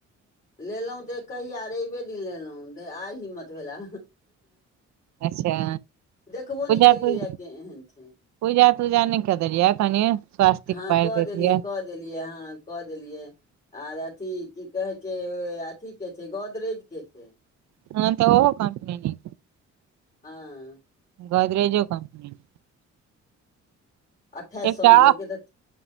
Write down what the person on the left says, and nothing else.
लेलौ तऽ कहिया रैबे- दिन लेलौ आइ हिम्मत भेला।
देखबो
नै केलियै
या केएहन छै।
हँ
कऽ
कऽ देलियै आहाँ कऽ देलियै। आर अथी की कहै छै अथी के छै गोदरेज के छै।
हँ।
अठाइस
सए मे देलकै तऽ